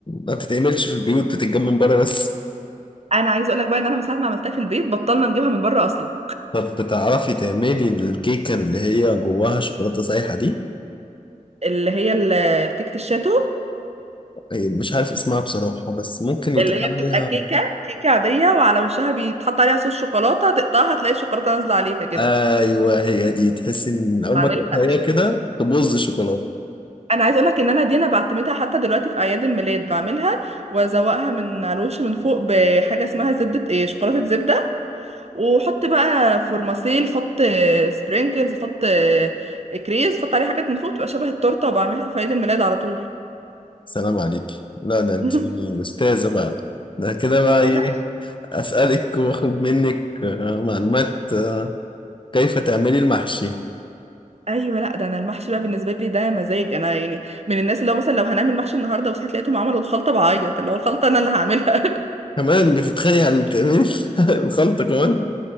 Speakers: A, on the left (about 35°); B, on the right (about 50°).
A: ما بتتعملش في البيوت بتتجمع من بره بس
B: انا عايزه اقول لك بقى ان انا من ساعه ما عملتها في البيت بطلنا نجيبها من بره اصلا
A: طب بتعرفي تعملي الكيكه اللي هي جواها شوكولاته سايحه دي
B: اللي هي ال- الكيكه الشاتو
A: إيه، مش عارف اسمها بصراحه بس ممكن
B: اللي
A: يتقال
B: هي بتبقى
A: عليها
B: كيكه كيكه عاديه وعلى وشها بيتحط عليها صوص شوكولاته تقطعها تلاقي الشوكولاته نازله عليها كده
A: ايوه هي دي تحسي ان اول
B: بعملها
A: ما تقطعيها كده تبوظ الشوكولاته
B: انا عايزه اقولك ان انا دي انا بعتمدها حتى دلوقتي في اعياد الميلاد بعملها وازوقها من على الوش من فوق بحاجه اسمها زبده ايه شوكولاته زبده وحط بقى فورماسيل حط سبرينكلز حط كريز حط عليه حاجات من فوق تبقى شبه التورته وبعملها في عيد الميلاد على طول
A: سلام عليك لا ده انت
B: <laughs>
A: استاذه بقى ده كده بقى
B: اه
A: ايه
B: لا
A: اسالك واخد منك آه، معلومات آه، كيف تعملي المحشي
B: ايوه لا ده انا المحشي بقى بالنسبه لي ده مزاج انا يعني من الناس اللي هو مثلا لو هنعمل محشي النهارده وصحيت لقيتهم عملوا الخلطه بعيط اللي هو الخلطه انا اللي هعملها <laughs>
A: كمان بتتخانقي على تعملي <laughs> الخلطه كمان